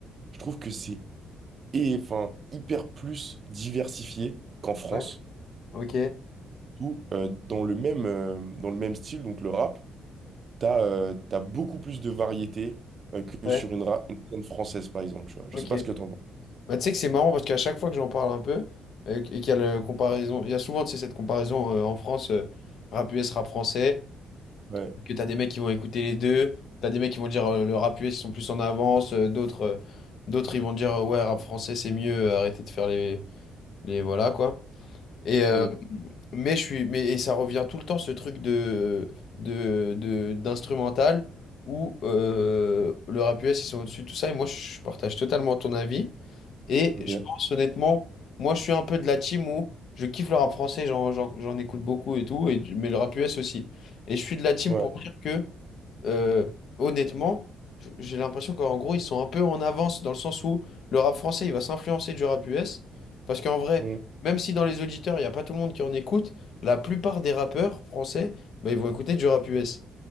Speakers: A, on the right; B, on the left.
A: je trouve que c'est et enfin hyper plus diversifié qu'en France.
B: ouais, ok,
A: Où, euh, dans le même, euh, dans le même style, donc le rap, t'as euh, t'as beaucoup plus de variété euh, que
B: ouais,
A: sur une, ra- une scène française, par exemple, tu vois. Je
B: ok.
A: sais pas ce que t'en penses.
B: Bah, tu sais que c'est marrant parce qu'à chaque fois que j'en parle un peu euh, et qu'il y a le comparaison, il y a souvent, tu sais, cette comparaison euh, en France, euh, rap US, rap français.
A: Ouais.
B: que t'as des mecs qui vont écouter les deux, t'as des mecs qui vont dire euh, le rap US ils sont plus en avance, euh, d'autres euh, d'autres ils vont dire euh, ouais rap français c'est mieux, euh, arrêtez de faire les les voilà quoi. Et euh,
A: Mmh.
B: mais je suis mais et ça revient tout le temps ce truc de de de- d'instrumental où euh, le rap US ils sont au-dessus de tout ça et moi je partage totalement ton avis et
A: Ok.
B: je pense honnêtement moi je suis un peu de la team où Je kiffe le rap français, j'en j'en- j'en écoute beaucoup et tout, et, mais le rap US aussi. Et je suis de la team
A: Ouais.
B: pour dire que euh, honnêtement, j- j'ai l'impression qu'en gros, ils sont un peu en avance dans le sens où le rap français, il va s'influencer du rap US. Parce qu'en vrai,
A: Mmh.
B: même si dans les auditeurs, il n'y a pas tout le monde qui en écoute, la plupart des rappeurs français, bah, ils vont écouter du rap US.